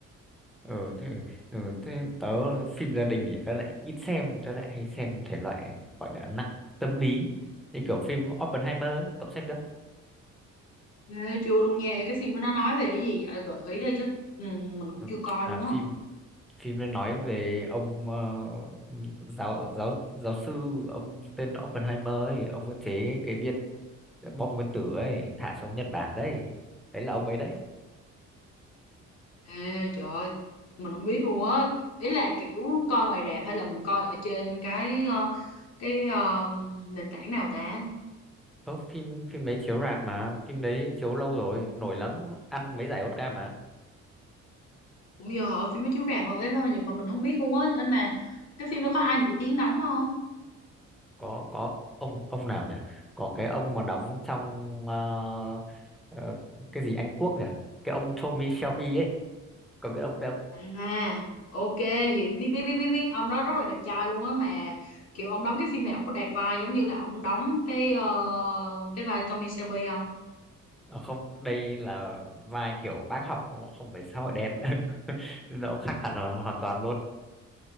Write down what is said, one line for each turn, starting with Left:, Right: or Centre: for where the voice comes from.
Centre: ừ thế, ừ, thế tớ phim gia đình thì tớ lại ít xem tớ lại hay xem thể loại gọi là nặng tâm lý như kiểu phim Oppenheimer ấy, cậu xem chưa
Left: Ê, chưa luôn nha cái phim đó nó nói về cái gì vậy? gợi ý đi chứ ừ, mình cũng
Centre: Ừ,
Left: chưa coi
Centre: à,
Left: luôn
Centre: phim
Left: á
Centre: phim nó nói về ông ờ, giáo giáo giáo sư ông tên Oppenheimer ấy ông có chế cái viên bom nguyên tử ấy thả xuống Nhật Bản đấy đấy là ông ấy đấy
Left: Ê, trời ơi, mình không biết luôn á. Ý là kiểu coi ngoài rạp hay là mình coi ở trên cái ờ, cái ờ, nền tảng nào ta?
Centre: Ờ, phim phim đấy chiếu rạp mà phim đấy chiếu lâu rồi nổi lắm ăn mấy giải Oscar mà
Left: Cũng giờ họ phim nó chiếu rạp thôi em vậy mà mình không biết luôn á. Anh mà cái phim đó có ai nổi tiếng đóng không?
Centre: có có ông ông nào nhỉ có cái ông mà đóng trong ờ, ờ, cái gì Anh Quốc nhỉ cái ông Tommy Shelby ấy có biết ông đâu
Left: À, ok, hiểu biết biết biết biết biết ông đó rất là đẹp trai luôn á mà kiểu ông đóng cái phim này ông có đạt vai giống như là ông đóng cái ờ, cái vai Tommy Shelby không?
Centre: Ờ, không đây là vai kiểu bác học không phải xã hội đen <laughs> nó khác hẳn hoàn hoàn toàn luôn